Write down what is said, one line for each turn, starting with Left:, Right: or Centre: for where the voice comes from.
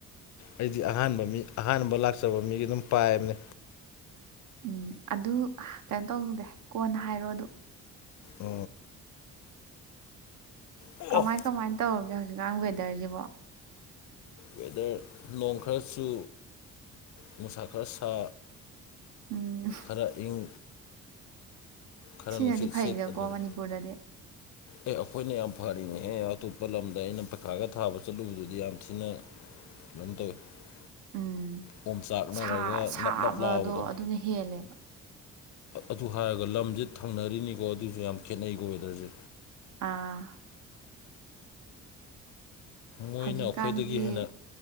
Left: ꯑꯩꯗꯤ ꯑꯍꯥꯟꯕ ꯃꯤ ꯑꯍꯥꯟꯕ ꯂꯥꯛꯆꯕ ꯃꯤꯒꯤ ꯑꯗꯨꯝ ꯄꯥꯏꯕꯅꯦ
Right: ꯎꯝ ꯑꯗꯨ ꯀꯩꯅꯣ ꯇꯧꯗꯦ ꯀꯣꯟꯅ ꯍꯥꯏꯔꯣ ꯑꯗꯨ
Left: ꯑ ꯑꯣ
Right: ꯀꯃꯥꯏ ꯀꯃꯥꯏꯅ ꯇꯧꯔꯒꯦ ꯍꯧꯖꯤꯛꯀꯥꯟ ꯋꯦꯗꯔꯁꯤꯕꯣ
Left: ꯋꯦꯗꯔ ꯅꯣꯡ ꯈꯔ ꯆꯨ ꯅꯨꯡꯁꯥ ꯈꯔ ꯁꯥ
Right: ꯎꯝ
Left: ꯈꯔ ꯏꯪ ꯈꯔ
Right: ꯁꯤꯅꯗꯤ
Left: ꯅꯨꯡꯁꯤꯠ
Right: ꯐꯩꯗꯀꯣ
Left: ꯁꯤꯠ ꯑꯗꯨꯅꯤ
Right: ꯃꯅꯤꯄꯨꯔꯗꯗꯤ
Left: ꯑꯦ ꯑꯩꯈꯣꯏꯅ ꯌꯥꯝ ꯐꯔꯤꯅꯦꯍꯦ ꯑꯇꯣꯞꯄ ꯂꯝꯗ ꯑꯩꯅ ꯄꯩꯈꯥꯒ ꯊꯥꯕ ꯆꯠꯂꯨꯕꯗꯨꯗꯤ ꯌꯥꯝ ꯊꯤꯅ <unintelligible>
Right: ꯎꯝ
Left: ꯑꯣꯝꯆꯥꯛꯅꯔꯒ
Right: ꯁꯥ ꯁꯥꯕꯗꯣ
Left: ꯅꯞ ꯅꯞ ꯂꯥꯎꯕꯗꯣ
Right: ꯑꯗꯨꯅ ꯍꯦꯜꯂꯦꯕ
Left: ꯑꯗꯨ ꯍꯥꯏꯔꯒ ꯂꯝꯁꯦ ꯊꯪꯅꯔꯤꯅꯤꯀꯣ ꯑꯗꯨꯏꯁꯨ ꯌꯥꯝ ꯈꯦꯠꯅꯩꯀꯣ ꯋꯦꯗꯔꯁꯦ
Right: ꯑꯥ
Left: ꯃꯣꯏꯅ
Right: ꯍꯧꯖꯤꯛꯀꯥꯟꯗꯤ
Left: ꯑꯩꯈꯣꯏꯗꯒꯤ ꯍꯦꯟꯅ